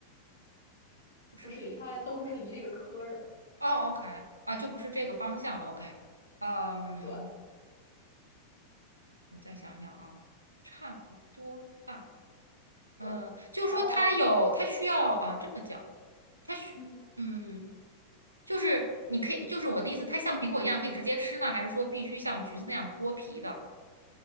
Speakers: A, on the right; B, on the left.
A: 不是梨。
B: 不是梨，它都不是梨这个科儿的。
A: 哦，OK，啊，就不是这个方向的。OK，嗯，
B: 对，
A: 我再想想啊，差不多大。
B: 对，
A: 嗯，就是说它有，
B: 然后
A: 它需要啊，这么讲，它需，
B: 嗯，
A: 嗯，就是你可以，就是我的意思，它像苹果一样可以直接吃呢，还是说必须像橘子那样剥皮的？